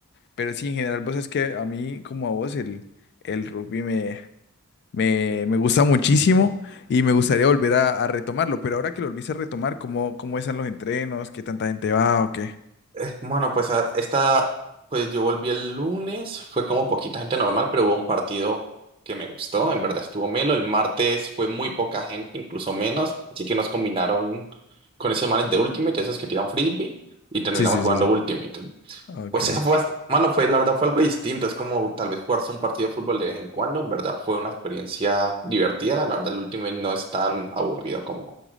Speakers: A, on the left (about 50°); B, on the right (about 25°).
A: Pero sí, en general, pues es que a mí, como a vos, el, el rugby me, me, me gusta muchísimo y me gustaría volver a, a retomarlo. Pero ahora que lo volviste a retomar, ¿cómo, cómo están los entrenos? ¿Qué tanta gente va o qué?
B: Eh, Bueno, pues a- esta, pues yo volví el lunes, fue como poquita gente normal, pero hubo un partido que me gustó, en verdad estuvo melo. El martes fue muy poca gente, incluso menos, así que nos combinaron con esos manes de Ultimate, esos que tiran frisbee, y terminamos
A: Sí, sí,
B: jugando
A: sí, sí.
B: Ultimate.
A: Ok,
B: Pues eso fue, bast- mano, fue, la verdad fue algo distinto, es como tal vez jugarse un partido de fútbol de vez en cuando, en verdad fue una experiencia divertida, la verdad el Ultimate no es tan aburrido como